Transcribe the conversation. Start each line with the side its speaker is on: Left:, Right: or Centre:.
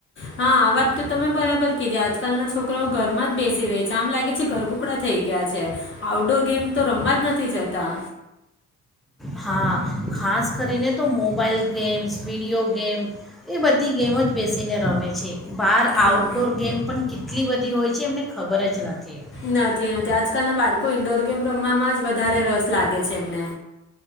Left: હા આ વાત તો તમે બરાબર કીધી આજકાલના છોકરાઓ ઘરમાં જ બેસી રહી છે આમ લાગે છે ઘરગુકડા થઈ ગયા છે આઉટડોર ગેમ તો રમવા જ નથી જતા.
Centre: હા ખાસ કરીને તો મોબાઈલ ગેમ્સ વિડીયો ગેમ્ એ બધી ગેમો જ બેસીને રમે છે. બહાર
Left: હા
Centre: આઉટડોર ગેમ પણ કેટલી બધી હોય. છે એમને ખબર જ નથી
Left: નથી, નથી આજકાલ ના બાળકો ઇન્ડોર ગેમ રમવામાં જ વધારે રસ લાગે છે એમને.